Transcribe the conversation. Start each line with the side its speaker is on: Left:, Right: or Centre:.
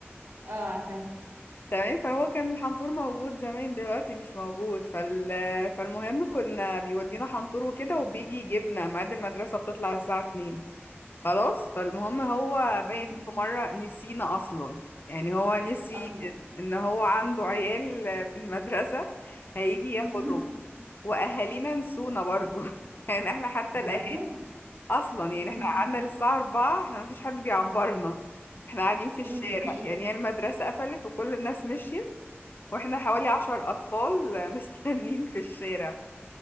Right: اه عارفاها
Left: تمام فهو كان الحنطور موجود زمان دلوقتي مش موجود فال... فالمهم كنا بيودينا حنطور وكده وبيجي يجيبنا ميعاد المدرسة بتطلع الساعة 2 خلاص فالمهم هو باين
Right: امم
Left: في مرة نسينا أصلا يعني هو نسي
Right: اصلا
Left: إن هو عنده عيال في المدرسة هيجي
Right: <laughs>
Left: ياخدهم وأهالينا نسونا برضو <laughs> يعني احنا حتى
Right: برضو
Left: الأهالي أصلا يعني
Right: امم
Left: احنا قعدنا للساعة أربعة احنا مفيش حد بيعبرنا احنا قاعدين في الشارع
Right: ايه ده في ايه
Left: يعني هي المدرسة قفلت وكل الناس مشيت واحنا حوالي عشر أطفال مستنيين في الشارع